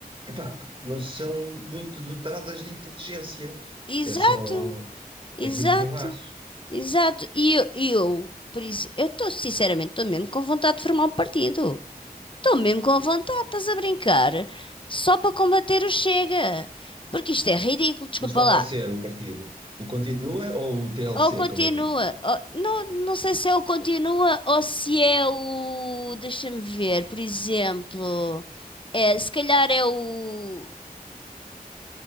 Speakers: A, on the right (about 35°); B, on the left (about 35°).
A: Epá, porque não são muito dotadas de inteligência.
B: exato,
A: É só
B: exato,
A: aquilo que eu acho.
B: exato. E eu, e eu por isso, eu estou, sinceramente, estou mesmo com vontade de formar um partido. Estou mesmo com vontade, estás a brincar? Só para combater o Chega. Porque isto é ridículo, desculpa
A: Mas qual
B: lá.
A: vai ser o partido? O Continua ou o TLC,
B: Ou continua,
A: como eu disse?
B: ou- não, não sei se é o continua ou se é o. Deixa-me ver, por exemplo. É, se calhar é o.